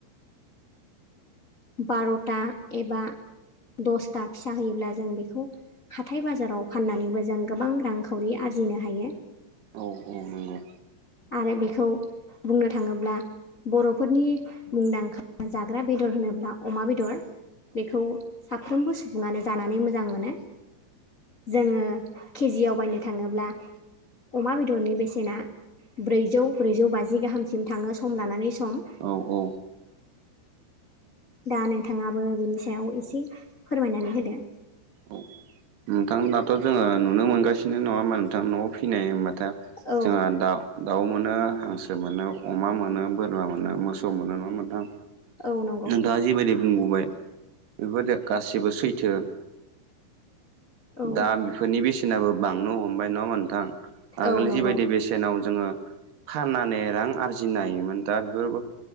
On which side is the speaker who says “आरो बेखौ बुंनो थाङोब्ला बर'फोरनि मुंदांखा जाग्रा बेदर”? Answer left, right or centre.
Left